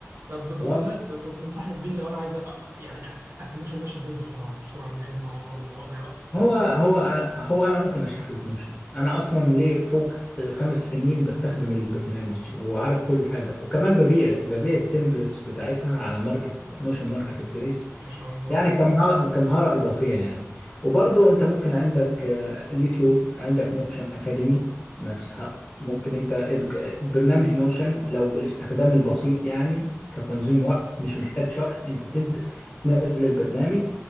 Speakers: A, on the right; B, on the left.
A: طب بالمناسبه
B: خلاص
A: تنصحني بمين لو انا عايز أ- يعني أ- افهم ماشي ازاي بسرعه بسرعه من غير ما اقعد برضه واضيع وقت فيه
B: هو هو هو انا ممكن اشرح لك نوشن انا اصلا ليه فوق الخمس سنين بستخدم البرنامج وعارف كل حاجه وكمان ببيع ببيع التمبلتس بتاعتها على ماركت نوشن ماركت بليس
A: ما شاء الله
B: يعني كمهارة كمهارة إضافية يعني وبرضه أنت ممكن عندك آه، اليوتيوب عندك نوشن أكاديمي نفسها ممكن أنت إدج- برنامج نوشن لو بالاستخدام البسيط يعني كتنظيم وقت مش محتاج شرح أنت تنزل تنزل البرنامج